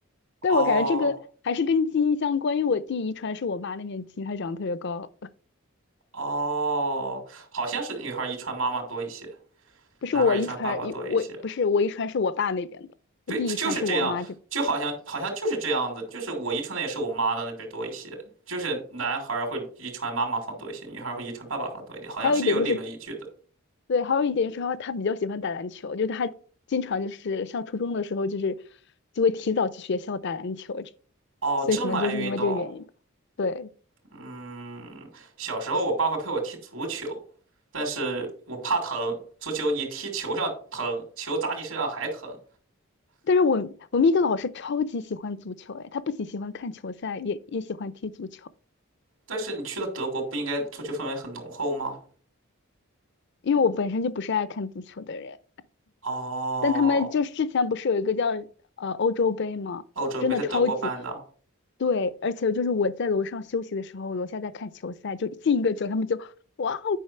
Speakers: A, on the left; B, on the right.
A: 但我感觉这个还是跟基因相关，
B: 哦
A: 因为我弟遗传是我妈那边基因，他长得特别高，
B: 哦，好像是女孩儿遗传妈妈多一些，
A: <laughs> 不是我遗传，
B: 男孩儿遗传爸爸多一些。
A: 我不是我遗传是我爸那边的，
B: 对，
A: 我弟遗传是我妈这。
B: 就是这样，就好像好像就是这样的，就是我遗传的也是我妈的那边多一些，就是男孩儿会遗传妈妈方多一些，女孩儿会遗传爸爸方多一点，好像是有理论依据的。
A: 还有一点就是对，还有一点是他他比较喜欢打篮球，就是他经常就是上初中的时候，就是就会提早去学校打篮球，这
B: 哦，
A: 所以可能就是因为这个原因吧。
B: 这么爱运动，
A: 对，
B: 嗯，小时候我爸会陪我踢足球，但是我怕疼。足球你踢球上疼，球砸你身上还疼。
A: 但是我我们一个老师超级喜欢足球，哎，他不仅喜欢看球赛，也也喜欢踢足球，
B: 但是你去了德国，不应该足球氛围很浓厚吗？
A: 因为我本身就不是爱看足球的人。
B: 哦，
A: 但他们就是之前不是有一个叫呃欧洲杯吗？
B: 欧洲杯在德国办的
A: 真的超级对，而且就是我在楼上休息的时候，楼下在看球赛，就进一个球，他们就哇哦